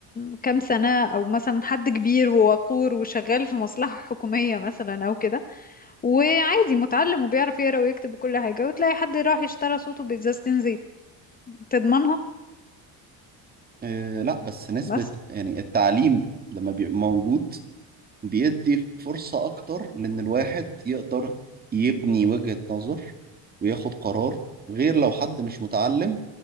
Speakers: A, on the left; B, on the right.
A: كام سنة او مثلا حد كبير ووقور وشغال في مصلحة حكومية مثلا او كده وعادي متعلم وبيعرف يقرا ويكتب وكل حاجة وتلاقي حد راح اشترى صوته بإزازتين زيت تضمنها
B: آه، لا بس نسبة
A: بس
B: يعني التعليم لما بيبقى موجود بيدي فرصة أكتر لأن الواحد يقدر يبني وجهة نظر وياخد قرار غير لو حد مش متعلم